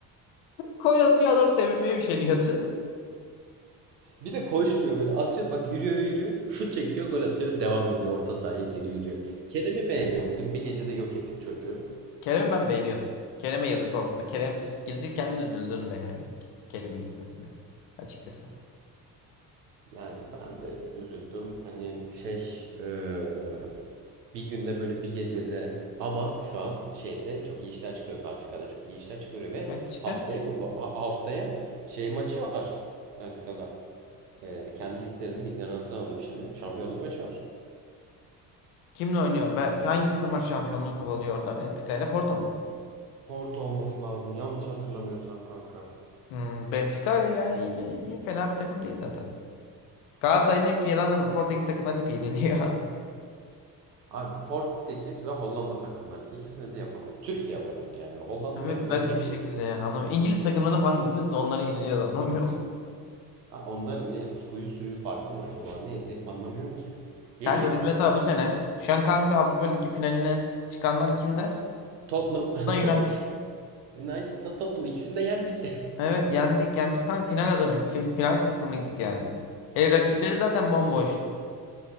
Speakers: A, on the left; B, on the right.
A: <laughs> Gol atıyor adam sevinmeye bir şey <laughs>
B: Bir de koşmuyor böyle atıyor bak yürüyor yürüyor. Şut çekiyor gol atıyor devam ediyor orta sahaya geri yürüyor. Kerem'i beğeniyor muydun? Bir gecede yok ettik çocuğu.
A: Kerem'i ben beğeniyordum. Kerem'e yazık oldu. da. Kerem gidilirken de üzüldüm de yani. Kerem'in gitmesine. Açıkçası.
B: Yani ben de üzüldüm. Hani şey eee, bir günde böyle bir gecede ama şu an şeyde çok iyi işler çıkıyor. Benfica'da çok iyi işler çıkıyor ve
A: Ben çıkarır.
B: haftaya mı bu? Ha- haftaya şey maçı var Benfica'da. Eee kendi liglerinin liglerini hatırlamadım şimdi. Şampiyonluk maçı var.
A: Kimle oynuyor? Ben, hangi takımlar şampiyonluğu kovalıyor orada? Benfica ile Porto mu?
B: Porto olması lazım. Yanlış hatırlamıyorsam kanka.
A: Hmm, Benfica yani yine iyi, fena bir takım değil zaten. Galatasaray'ın hep yalan Portekiz takımlarını hep yeniliyor. <laughs>
B: Abi Portekiz ve Hollanda takımları. İkisini de yapamıyor. Türkiye olarak yani. Hollanda takımlarını
A: Evet garip
B: hep
A: bir şekilde
B: yendik.
A: yani anlamıyorum. İngiliz takımlarını falan yeniyoruz da onları yeniliyoruz anlamıyorum.
B: Ha, onların ne? Suyu suyu farklı mı acaba? Neydi? Anlamıyorum ki.
A: <laughs>
B: Yeniyorlar
A: Kanka biz mesela
B: ya.
A: bu sene şu an kanka Avrupa Ligi finaline çıkanlar kimler?
B: Tottenham.
A: Da United.
B: <laughs> United'da Tottenham. İkisini de yendik. <laughs>
A: Evet yendik. Yani biz kanka final adamı, fi- final takımıydık yani. Hele rakipleri zaten bomboş.